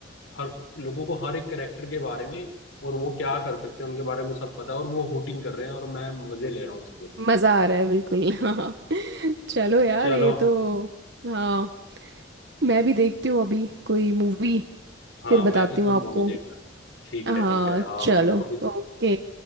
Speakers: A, on the left (about 80°); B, on the right (about 60°).
A: हर लोगों को हर एक करेक्टर के बारे में और वो क्या कर सकते हैं उनके बारे में सब पता है और वो हुटिंग कर रहे हैं और मैं मजे ले रहा हूँ उसके
B: मजा आ रहा है बिल्कुल <laughs> हाँ चलो यार
A: चलो
B: ये तो हाँ मैं भी देखती हूँ अभी कोई मूवी
A: हाँ
B: फिर बताती
A: मैं भी कोई
B: हूँ आपको
A: मूवी देखता ठीक
B: हाँ
A: है ठीक है हाँ
B: चलो
A: मेरे को भी
B: ओके